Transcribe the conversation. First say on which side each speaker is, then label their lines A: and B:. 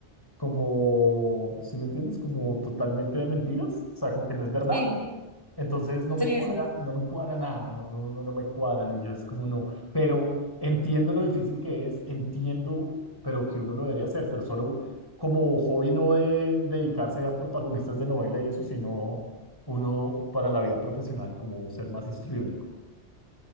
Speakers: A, on the left (about 20°); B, on the right (about 20°).
A: como, si me entiendes? Como totalmente de mentiras. O sea, como que no es verdad.
B: sí,
A: Entonces no me
B: sí,
A: cuadra,
B: sí.
A: no me cuadra nada, no, no, no, no me cuadran y yo es como no, pero entiendo lo difícil que es, entiendo, pero que uno lo debería hacer, pero solo como hobby no de dedicarse a protagonistas de novela y eso, sino uno para la vida profesional, como ser más histriónico.